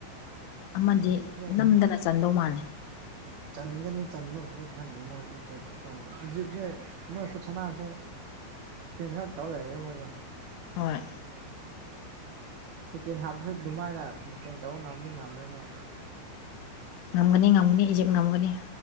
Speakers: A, on the left; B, on the right.
A: ꯑꯃꯗꯤ
B: ꯏꯖꯤꯞꯁꯦ
A: ꯅꯝꯗꯅ ꯆꯟꯗꯧ ꯃꯥꯜꯂꯦ
B: ꯆꯟꯒꯅꯤ ꯆꯟꯕꯕꯨꯗꯤ ꯈꯪꯗꯦ ꯃꯣꯏ ꯏꯇꯦꯛ ꯈꯨꯠꯇꯧ ꯏꯖꯤꯞꯁꯦ ꯃꯣꯏ ꯈꯨꯠꯁꯅꯥꯁꯦ ꯗꯤꯐꯦꯟ ꯈꯛ ꯇꯧ ꯂꯩꯔꯦ ꯃꯣꯏꯗꯣ
A: ꯍꯣꯏ
B: ꯁꯦꯀꯦꯟ ꯍꯥꯞꯁꯨ ꯑꯗꯨꯃꯥꯏꯅ ꯗꯤꯐꯦꯟ ꯇꯧ ꯉꯝꯘꯤ ꯉꯝꯃꯦ ꯃꯣꯏ
A: ꯉꯝꯒꯅꯤ ꯉꯝꯒꯅꯤ ꯏꯖꯤꯞ ꯉꯝꯒꯅꯤ